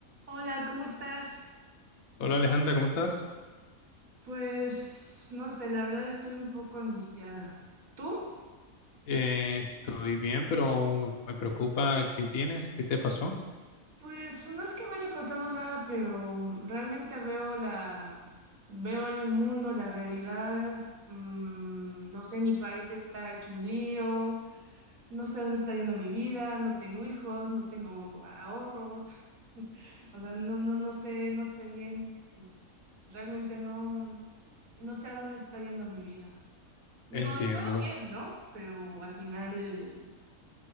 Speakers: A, on the right; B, on the left.
A: Hola, ¿cómo estás?
B: Hola Alejandra, ¿cómo estás?
A: Pues no sé, la verdad estoy un poco angustiada. ¿Tú?
B: Eh, estoy bien, pero me preocupa qué tienes, qué te pasó.
A: Pues no es que me haya pasado nada, pero realmente veo la, veo el mundo, la realidad. mm, no sé, mi país está hecho un lío, no sé dónde está yendo mi vida, no tengo hijos, no tengo ahorros. <laughs> O sea, no, no, no sé, no sé bien, realmente no, no sé a dónde está yendo mi vida. Digo,
B: Entiendo.
A: todo bien, ¿no? Pero al final,